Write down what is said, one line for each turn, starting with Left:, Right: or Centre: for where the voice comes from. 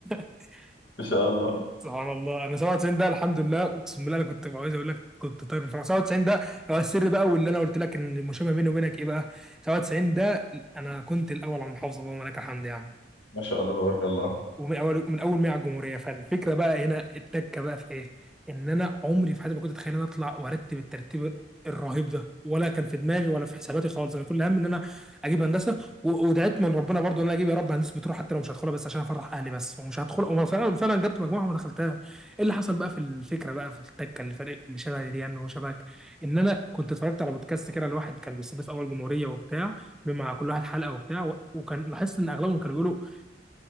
Centre: <laughs>
Left: ما شاء الله
Centre: سبحان الله انا 97 ده الحمد لله اقسم بالله انا كنت عايز اقول لك كنت طاير من الفرح 97 ده هو السر بقى واللي انا قلت لك ان المشابه بيني وبينك ايه بقى 97 ده انا كنت الاول على المحافظه اللهم لك الحمد يعني
Left: ما شاء الله تبارك الله
Centre: ومن اول من اول ما هي على الجمهوريه فالفكره بقى هنا التكه بقى في ايه ان انا عمري في حياتي ما كنت اتخيل ان انا اطلع وارتب الترتيب الرهيب ده ولا كان في دماغي ولا في حساباتي خالص انا كل همي ان انا اجيب هندسه و- ودعيت من ربنا برضو ان انا اجيب يا رب هندسه بتروح حتى لو مش هدخلها بس عشان افرح اهلي بس ومش هدخل وما فعلا فعلا جبت مجموعه وما دخلتها ايه اللي حصل بقى في الفكره بقى في التكه اللي فرق اللي شبه دي يعني وشبهك ان انا كنت اتفرجت على بودكاست كده لواحد كان بيستضيف اول جمهوريه وبتاع مع كل واحد حلقه وبتاع و- وكان لاحظت ان اغلبهم كانوا بيقولوا